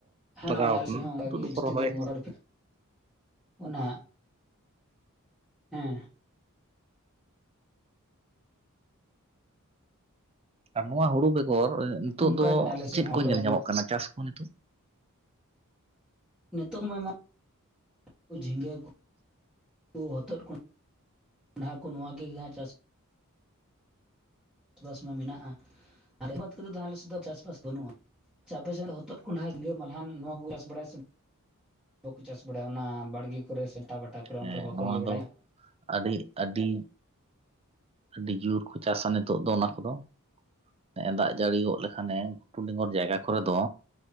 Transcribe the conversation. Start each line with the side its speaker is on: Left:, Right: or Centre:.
Centre: ᱦᱮᱸ
Right: ᱞᱟᱜᱟᱣ
Centre: ᱱᱚᱜᱼᱚᱭ ᱟᱞᱤ
Right: ᱟᱠᱟᱱᱟ
Centre: ᱥᱤᱫ ᱦᱚᱸ ᱚᱝᱠᱟ
Right: ᱱᱤᱛᱚᱜ
Centre: ᱜᱮ
Right: ᱫᱚᱠᱚ
Centre: ᱡᱟᱹᱥᱛᱤ
Right: ᱨᱚᱦᱚᱭᱮᱫ
Centre: ᱫᱚ ᱢᱚᱴᱚᱨ ᱚᱱᱟ ᱮᱸ
Right: ᱟᱨ ᱱᱚᱣᱟ ᱦᱩᱲᱩ ᱵᱮᱜᱚᱨ ᱱᱤᱛᱚᱜ
Centre: ᱚᱱᱠᱟ
Right: ᱫᱚ
Centre: ᱜᱮ ᱟᱞᱮ ᱥᱮᱫ
Right: ᱪᱮᱫ
Centre: ᱦᱚᱸ
Right: ᱠᱚ
Centre: ᱢᱚᱴᱚᱨ
Right: ᱧᱮᱞ ᱧᱟᱢᱚᱜ ᱠᱟᱱᱟ ᱪᱟᱥ ᱠᱚ ᱱᱤᱛᱚᱜ
Centre: ᱱᱤᱛᱚᱜ ᱢᱟ ᱟᱭᱢᱟ <inaudible> <inaudible> ᱡᱷᱤᱸᱜᱟᱹ ᱠᱚ ᱦᱚᱛᱚᱫ ᱠᱚ <inaudible> ᱠᱚᱰᱷᱟ ᱠᱚ ᱱᱚᱣᱟ ᱜᱮ ᱜᱮᱦᱟᱸᱜ ᱪᱟᱥ ᱪᱟᱥᱵᱟᱥ ᱢᱟ ᱢᱮᱱᱟᱜᱼᱟ ᱟᱨᱮᱵᱟᱫ ᱠᱟᱛᱮᱫ ᱫᱚ ᱟᱞᱮ ᱥᱮᱫ ᱫᱚ ᱪᱟᱥᱵᱟᱥ ᱵᱟᱹᱱᱩᱜᱼᱟ ᱪᱟ ᱟᱯᱮᱥᱮᱫ ᱦᱚᱛᱚᱫ ᱠᱚᱸᱰᱷᱟ <unintelligible> ᱢᱟᱞᱦᱟᱱ ᱱᱚᱣᱟ ᱠᱚ ᱪᱟᱥ ᱵᱟᱲᱟᱭᱟ ᱥᱮ ᱵᱟᱠᱚ ᱪᱟᱥ ᱵᱟᱲᱟᱭᱟ ᱚᱱᱟ ᱵᱟᱲᱜᱮ ᱠᱚᱨᱮ ᱥᱮ ᱴᱟᱵᱟᱴᱟ ᱠᱚᱨᱮ
Right: ᱦᱮᱸ
Centre: ᱚᱱᱟ ᱠᱚᱨᱮ ᱵᱟᱠᱚ
Right: ᱱᱚᱣᱟ
Centre: ᱤᱭᱟᱹ ᱵᱟᱲᱟᱭᱟ
Right: ᱫᱚ ᱟᱹᱰᱤ ᱟᱹᱰᱤ ᱟᱹᱰᱤ ᱡᱩᱨ ᱠᱚ ᱪᱟᱥᱟ ᱱᱤᱛᱚᱜ ᱫᱚ ᱚᱱᱟ ᱠᱚᱫᱚ ᱱᱮᱜᱼᱮ ᱫᱟᱜ ᱡᱟᱹᱲᱤ ᱜᱚᱫ ᱞᱮᱠᱷᱟᱱᱮ ᱜᱷᱩᱴᱩ ᱰᱮᱸᱜᱚᱨ ᱡᱟᱭᱜᱟ ᱠᱚᱨᱮ ᱫᱚ